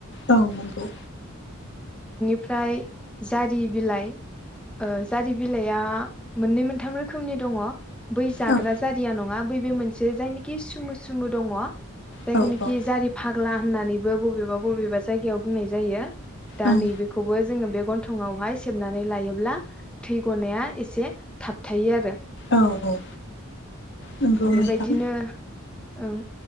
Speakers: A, on the left (about 55°); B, in the centre.
A: औ नोंगौ
B: ओमफ्राय जारि बिलाइ ओ जारि बिलाइया मोननै मोनथाम रोखोमनि दङ। बै जाग्रा
A: औ
B: जारिया नङा बै बे मोनसे जायनिखि सुमु सुमु दङ जायखौनिखि
A: औ औ
B: जारि फाग्ला होननानैबो बबेबा बबेबा जायगायाव बुंनाय जायो। दा
A: ओं
B: नैबेखौबो जोङो बे गन थङावहाय सेबनानै लायोब्ला थै गनाया एसे थाबथायो आरो।
A: औ औ नंगौ
B: बेबायदिनो
A: नोंथां
B: ओं